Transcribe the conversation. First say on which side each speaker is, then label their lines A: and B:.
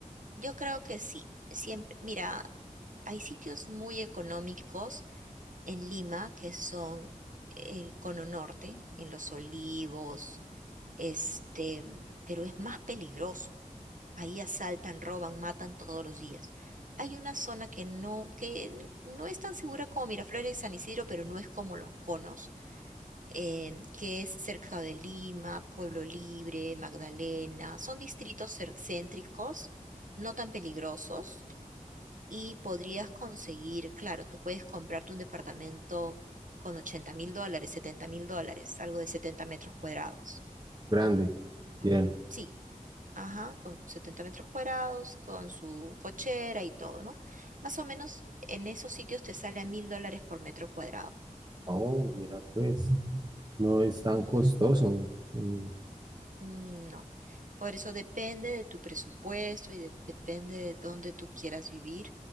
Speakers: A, on the right; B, on the right.
A: Yo creo que sí. Siempre, mira, hay sitios muy económicos en Lima que son el Cono Norte, en Los Olivos, este, pero es más peligroso. Ahí asaltan, roban, matan todos los días. Hay una zona que no, que no es tan segura como Miraflores y San Isidro, pero no es como los conos, em, que es cerca de Lima, Pueblo Libre, Magdalena. Son distritos cer- céntricos, no tan peligrosos, y podrías conseguir, claro, tú puedes comprarte un departamento con 80 mil dólares, 70 mil dólares, algo de 70 metros cuadrados.
B: Grande.
A: Mm.
B: Bien.
A: Sí, Ajá, con 70 metros cuadrados, con su cochera y todo, ¿no? Más o menos en esos sitios te sale a mil dólares por metro cuadrado.
B: Oh, mira, pues, no es tan
A: Ujú,
B: costoso. Mm,
A: No. Por eso depende de tu presupuesto y de- depende de dónde tú quieras vivir.